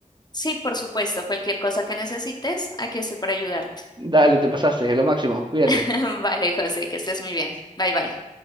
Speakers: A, on the left (about 30°); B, on the right (about 35°).
A: Sí, por supuesto, cualquier cosa que necesites, aquí estoy para ayudarte.
B: Dale, te pasaste, es lo máximo, cuídate.
A: <laughs> Vale, José, que estés muy bien. Bye bye.